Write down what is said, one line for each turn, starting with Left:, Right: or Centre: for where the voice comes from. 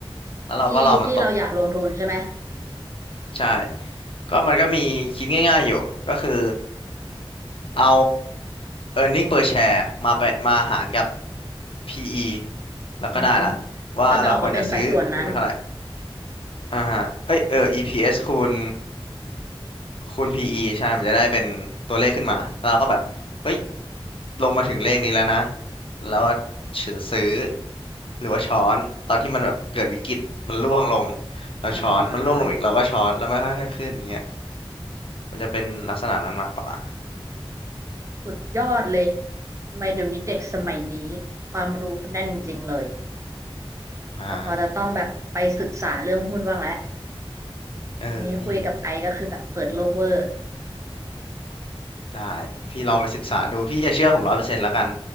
Left: แล้วเราก็รอมันตก
Right: ที่ที่เราอยากลงทุนใช่ไหม
Left: ใช่ก็มันก็มีคิดง่ายๆอยู่ก็คือเอา earning per share มาไปมาหารกับ PE แล้วก็ได้ละ
Right: อือฮึ
Left: ว่าเราควรจะซื้อหุ้นมันเท่าไหร่
Right: ก็จะออกมาเป็นสัดส่วนนั้น
Left: อ่าฮะเอ้ยเออ EPS คูณคูณ PE ใช่มันจะได้เป็นตัวเลขขึ้นมาแล้วเราก็แบบเฮ้ยลงมาถึงเลขนี้แล้วนะแล้วก็ซื้อหรือว่าช้อนตอนที่มันแบบเกิดวิกฤตมันร่วงลงเราช้อนมันร่วงลงอีกเราก็ช้อนแล้วไม่ค่อยๆขึ้นอย่างเงี้ย
Right: อ่า
Left: มันจะเป็นลักษณะนั้นมากกว่า
Right: สุดยอดเลยทำไมเดี๋ยวนี้เด็กสมัยนี้ ความรู้เขาแน่นจริงๆเลย
Left: อ่า
Right: เราพอจะต้องแบบไปศึกษาเรื่องหุ้นบ้างแล้ว
Left: เออพี่
Right: วันนี้คุยกับไอซ์ก็คือแบบเปิดโลกเวอร์
Left: ได้พี่ลองไปศึกษาดูพี่จะเชื่อผมร้อยเปอร์เซ็นต์แล้วกัน